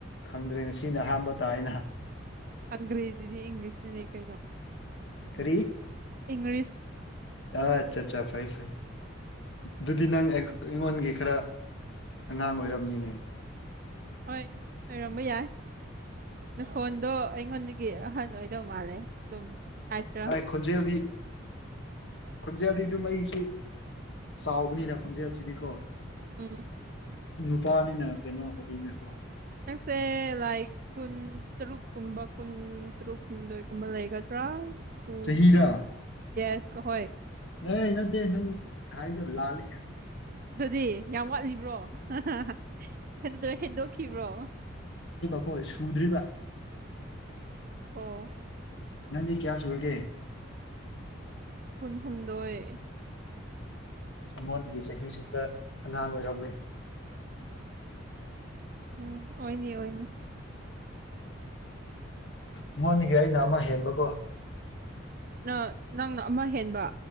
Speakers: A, on the left (about 60°); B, on the right (about 45°).
A: ꯈꯪꯗ꯭ꯔꯦ ꯉꯁꯤꯅ ꯑꯍꯥꯟꯕ ꯇꯥꯏꯅꯥ
B: ꯑꯪꯒ꯭ꯔꯦꯖꯤꯗꯤ ꯏꯪꯂꯤꯁꯅꯤꯅꯦ ꯀꯩꯅꯣ
A: ꯀꯔꯤ
B: ꯏꯪꯂꯤꯁ
A: ꯑꯥ ꯑꯠꯆꯥ ꯆꯥ ꯐꯩ ꯐꯩ ꯑꯗꯨꯗꯤ ꯅꯪ ꯑꯩ ꯑꯩꯉꯣꯟꯒꯤ ꯈꯔ ꯑꯉꯥꯡ ꯑꯣꯏꯔꯝꯅꯤꯅꯦ
B: ꯍꯣꯏ ꯑꯣꯏꯔꯝꯕ ꯌꯥꯏ ꯅꯈꯣꯟꯗꯣ ꯑꯩꯉꯣꯟꯗꯒꯤ ꯑꯍꯟ ꯑꯣꯏꯗꯧ ꯃꯥꯜꯂꯦ ꯍꯥꯏꯁꯤꯔꯥ
A: ꯑꯩ ꯈꯣꯟꯖꯦꯜꯗꯤ ꯈꯣꯟꯖꯦꯜꯗꯤ ꯗꯨꯝ ꯑꯩꯁꯨ ꯆꯥꯎꯕꯅꯤꯅ ꯈꯣꯟꯖꯦꯜꯁꯤꯗꯤꯀꯣ
B: ꯎꯝ
A: ꯅꯨꯄꯥꯅꯤꯅ ꯀꯩꯅꯣ ꯑꯣꯏꯅꯦꯀꯣ
B: ꯅꯪꯁꯦ ꯂꯥꯏꯛ ꯀꯨꯟ ꯇꯔꯨꯛ ꯀꯨꯝꯕ ꯀꯨꯟ ꯇꯔꯨꯛ ꯍꯨꯝꯗꯣꯏꯒꯨꯝꯕ ꯂꯩꯒꯗ꯭ꯔꯥ ꯎꯝ
A: ꯆꯍꯤꯔꯥ
B: ꯌꯦꯁ ꯍꯣꯏ
A: <unintelligible> ꯅꯠꯇꯦ ꯅꯪ ꯍꯥꯏꯗꯣ ꯂꯥꯜꯂꯤ
B: ꯗꯨꯗꯤ ꯌꯥꯝ ꯋꯥꯠꯂꯤꯕ꯭ꯔꯣ <unintelligible> ꯑꯗꯨꯗꯨꯒ ꯍꯦꯟꯗꯣꯛꯈꯤꯕ꯭ꯔꯣ
A: ꯍꯣꯏ ꯁꯨꯗ꯭ꯔꯤꯕꯥ
B: ꯑꯣ
A: ꯅꯪꯗꯤ ꯀꯌꯥ ꯁꯨꯔꯒꯦ
B: ꯀꯨꯟꯍꯨꯝꯗꯣꯏ
A: ꯑꯩꯉꯣꯟꯗꯒꯤ ꯆꯍꯤꯁꯨ ꯈꯔ ꯑꯉꯥꯡ ꯑꯣꯏꯔꯝꯃꯦ
B: ꯎꯝ ꯑꯣꯏꯅꯤ ꯑꯣꯏꯅꯤ
A: ꯅꯉꯣꯟꯗꯒꯤ ꯑꯩꯅ ꯑꯃ ꯍꯦꯟꯕꯀꯣ
B: ꯅꯪ ꯅꯪꯅ ꯑꯃ ꯍꯦꯟꯕ